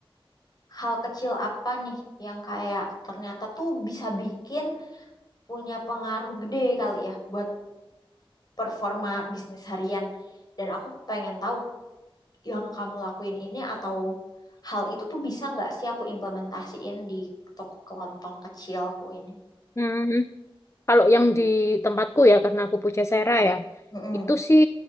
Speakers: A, on the left; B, on the left.
A: hal kecil apa nih yang kayak ternyata tuh bisa bikin punya pengaruh gede kali ya buat performa bisnis harian? Dan aku pengen tahu yang kamu lakuin ini atau hal itu tuh bisa nggak sih aku implementasiin di toko kelontong kecilku ini?
B: hmm. Kalau yang di tempatku ya, karena aku Pujasera ya,
A: Mm-mm.
B: itu sih